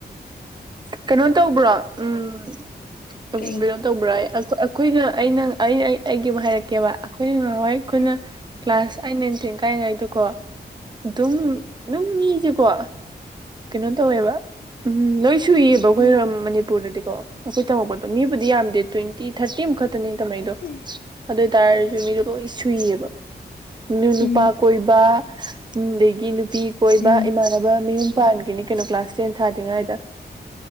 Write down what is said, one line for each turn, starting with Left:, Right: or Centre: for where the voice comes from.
Right: ꯀꯩꯅꯣ ꯇꯧꯕ꯭ꯔꯣ ꯎꯝ <unintelligible>
Left: ꯀꯩ
Right: ꯇꯧꯕ꯭ꯥꯔꯌꯦ ꯑꯈꯣꯏ ꯑꯈꯣꯏꯅ ꯑꯩꯅ ꯑꯩꯩ ꯑꯩ ꯑꯩꯒꯤ ꯑꯃ ꯍꯥꯏꯔꯛꯀꯦꯕ ꯑꯈꯣꯏꯅ ꯉꯍꯥꯟꯋꯥꯏ ꯑꯈꯣꯏꯅ
Left: ꯎꯝ
Right: ꯀ꯭ꯂꯥꯁ ꯑꯥꯏꯠ ꯅꯥꯏꯟ ꯇꯦꯟ ꯀꯥꯔꯤꯉꯩꯗꯣꯀꯣ ꯑꯗꯨꯝ ꯑꯗꯨꯝ ꯃꯤꯖꯤꯀꯣ ꯀꯩꯅꯣ ꯇꯧꯋꯦꯕ ꯎꯝ ꯂꯣꯏ ꯁꯨꯏꯌꯦꯕ ꯑꯩꯈꯣꯏ
Left: ꯎꯝ
Right: ꯔꯣꯝ ꯃꯅꯤꯄꯨꯔꯗꯗꯤꯀꯣ ꯑꯩꯈꯣꯏ ꯇꯝꯃꯛꯄꯗ ꯃꯤꯕꯨꯗꯤ ꯌꯥꯝꯗꯦ ꯇꯣꯏꯟꯇꯤ ꯊꯥꯔꯇꯤꯃꯨꯛ ꯈꯛ ꯇꯅꯦ ꯇꯧꯅꯩꯗꯣ
Left: ꯎꯝ
Right: ꯑꯗꯨ ꯑꯣꯏꯇꯔꯖꯨ ꯃꯤꯗꯣ ꯂꯣꯏ ꯁꯨꯏꯌꯦꯕ ꯅꯨ ꯅꯨꯄꯥ
Left: ꯎꯝ
Right: ꯀꯣꯏꯕ ꯑꯗꯒꯤ ꯅꯨꯄꯤ ꯀꯣꯏꯕ
Left: ꯎꯝ
Right: ꯏꯃꯥꯟ ꯅꯕ ꯃꯥꯌꯨꯝ ꯄꯥꯟꯒ꯭ꯔꯤꯅꯤ ꯀꯩꯅꯣ ꯀ꯭ꯂꯥꯁ ꯇꯦꯟ ꯊꯥꯗ꯭ꯔꯤꯉꯥꯏꯗ